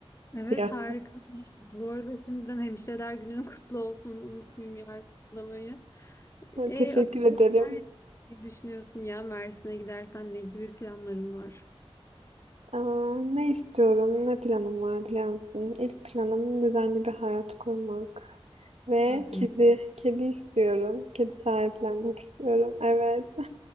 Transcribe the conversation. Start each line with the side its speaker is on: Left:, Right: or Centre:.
Left: evet
Right: bir hafta.
Left: harikaymış. Bu arada şimdiden hemşireler günün <laughs> kutlu olsun. Unutmayayım yardımlamayı. E
Right: Teşekkür
Left: atama
Right: ederim.
Left: neler düşünüyorsun ya? Mersin'e gidersen ne gibi planların var?
Right: Aa, ne istiyorum, ne planım var biliyor musun? İlk planım düzenli bir hayat kurmak ve
Left: Hı hı.
Right: kedi, kedi istiyorum. Kedi sahiplenmek istiyorum. Evet,